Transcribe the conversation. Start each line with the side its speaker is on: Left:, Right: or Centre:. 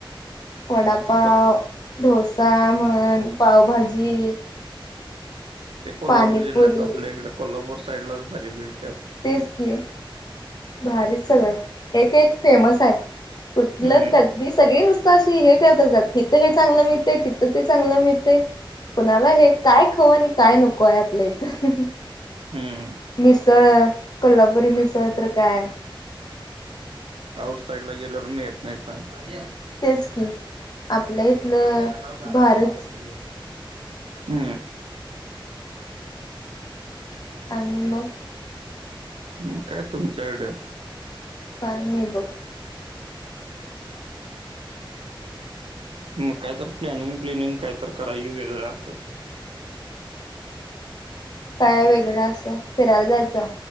Left: वडापाव,
Right: ते को
Left: डोसा म्हण, पावभाजी
Right: ते कोल्हापूर
Left: पाणीपुरी
Right: जिल्ह्यात आपल्या इकडे कोल्हापूर साईड लाच भजी मिळते आप
Left: तेच की भारीच सगळं एक, एक फेमस आहे. कु <unintelligible>
Right: हम्म
Left: तर ही सगळी नुसत अशी हे करत जात हिथं हे चांगलं मिळतय तिथं ते चांगलं मिळतय. कुणाला हे काय खाऊ आणि काय नको आहे आपल्या इथं.
Right: हम्म
Left: मिसळ, कोल्हापुरी मिसळ तर काय?
Right: आउट साईड ला गेल्यावर मी येत नाही सांग.
Left: तेच की, आपल्या
Right: ते
Left: इथलं
Right: अ तिकडच्या घरावर घालायला
Left: भारच
Right: कागद घेवून येतो हम्म.
Left: आणि मग
Right: मग काय तुमच्याकडं.
Left: काय नाई बघ.
Right: मग काय तर प्लॅनिंग ब्लिनिंग काय तर कराव कि वेगळं असं.
Left: काय वेगळं असं फिरायला जायचं.